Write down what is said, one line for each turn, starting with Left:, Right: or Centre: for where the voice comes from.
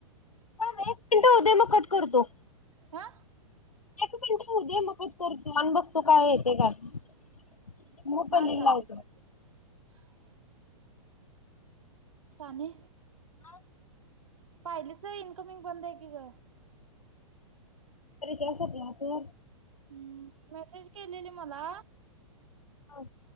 Left: थांब एक मिनट होऊ दे मग कट करतो
Right: हा
Left: एक मिनट होऊ दे मग कट करतो आणि बघतो काय येतय काय म पलीला
Right: हा चालते
Left: लावतो
Right: चालते <inaudible> साने
Left: म
Right: पाहिली सर इन्कमिंग बंद आहे की काय
Left: अरे कसत ना तू
Right: हम् मेसेज केलेली मला
Left: ह